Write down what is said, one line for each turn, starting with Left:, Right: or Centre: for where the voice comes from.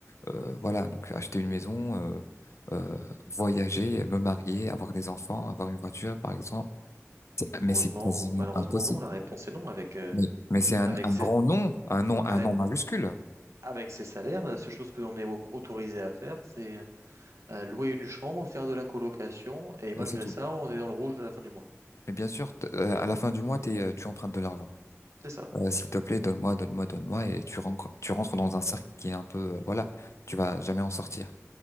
Left: Euh, voilà, donc acheter une maison, euh, euh, voyager, me marier, avoir des enfants, avoir une voiture, par exemple. C'est- Mais
Right: Heureusement,
Left: c'est quasiment
Right: malheureusement,
Left: impossible.
Right: non. La réponse est non. Avec, euh,
Left: Mais, mais c'est un,
Right: avec,
Left: un
Right: ces,
Left: grand nom, un nom, un
Right: avec,
Left: nom majuscule,
Right: avec ces salaires, la seule chose que l'on est au- autorisé à faire, c'est. euh, louer une chambre, faire de la colocation, et malgré
Left: et c'est tout.
Right: ça, on est dans le rouge à la fin du mois.
Left: Et bien sûr, t- euh, à la fin du mois, t'es, euh, tu empruntes de l'argent.
Right: C'est ça.
Left: Euh, s'il te plaît, donne-moi, donne-moi, donne-moi, et tu rentres, tu rentres dans un cercle qui est un peu, euh, voilà, tu vas jamais en sortir.